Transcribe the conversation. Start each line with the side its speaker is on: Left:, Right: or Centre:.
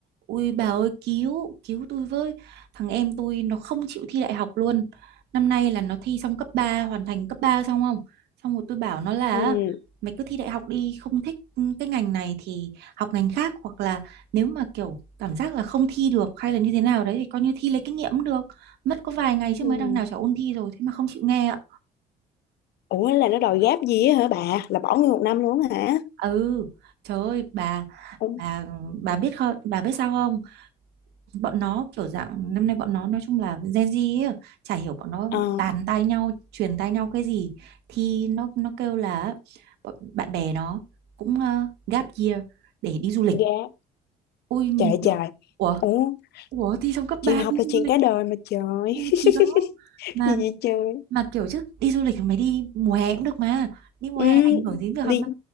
Right: Ui bà ơi cứu, cứu tôi với. Thằng em tôi nó không chịu thi đại học luôn. Năm nay là nó thi xong cấp 3 hoàn thành cấp 3 xong không? Xong rồi tôi bảo nó là
Left: ừ,
Right: mày cứ thi đại học đi, không thích cái ngành này thì học ngành khác hoặc là nếu mà kiểu cảm giác là không thi được hay là như thế nào đấy thì coi như thi lấy kinh nghiệm cũng được. Mất có vài ngày chứ
Left: ừ.
Right: mới đằng nào chả ôn thi rồi thế mà không chịu nghe ạ.
Left: ủa là nó đòi gáp gì á hả bà là bỏ nguyên một năm luôn á hả
Right: Ừ, trời ơi bà
Left: Ủa,
Right: bà bà biết không, bà biết sao không? bọn nó kiểu dạng năm nay bọn nó nói chung là Gen Z ấy, chả hiểu bọn nó
Left: ờ
Right: tán tai nhau truyền tai nhau cái gì thì nó nó kêu là bọn bạn bè nó cũng ờ, gap year để đi du lịch
Left: gáp
Right: ui mình
Left: trời
Right: kiểu
Left: trời
Right: ủa
Left: ủa
Right: ủa thì trong cấp
Left: chuyện
Right: 3
Left: học
Right: đi
Left: là
Right: du
Left: chuyện
Right: lịch
Left: cả đời mà trời
Right: ui
Left: <laughs>
Right: thì đó mà
Left: gì vậy trời
Right: mà kiểu chứ đi du lịch thì mày đi mùa hè cũng được mà đi mùa
Left: ừ,
Right: hè ảnh hưởng gì đến việc học
Left: đi
Right: đâu